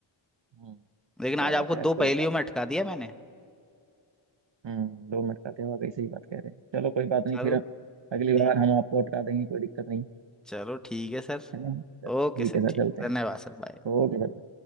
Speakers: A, on the right; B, in the centre.
A: हम्म,
B: लेकिन आज
A: चलो
B: आपको
A: खैर
B: दो
A: कोई
B: पहेलियों
A: बात
B: में
A: नहीं
B: अटका दिया मैंने
A: हम्म दो मिनट का थे वाकई सही बात कह रहे हैं चलो कोई बात
B: चलो
A: नहीं फिर अगली
B: ठीक
A: बार हम आपको अटका देंगे कोई दिक्कत नहीं
B: चलो ठीक है सर
A: है ना चलो
B: ओके
A: ठीक
B: सर
A: है सर
B: ठीक
A: चलते
B: धन्यवाद
A: हैं
B: सर बाय
A: Okay sir